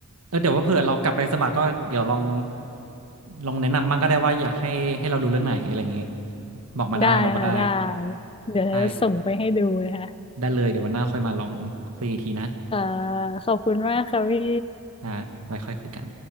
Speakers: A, on the right; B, on the left.
A: เออเดี๋ยวว่าเผื่อเรากลับไปสมัครก็เดี๋ยวลองลองแนะนำมั่งก็ได้ว่าอยากให้ให้เราดูเรื่องไหนอะไรอย่างเงี้ยบอกมาได้บอกมาได้
B: ได้ค่ะได้ เดี๋ยวจะส่งไปให้ดูนะคะ
A: ได้ได้เลยเดี๋ยววันหน้าค่อยมาลองคุยอีกทีนะ
B: ค่ะขอบคุณมากค่ะพี่
A: อ่าไว้ค่อยคุยกัน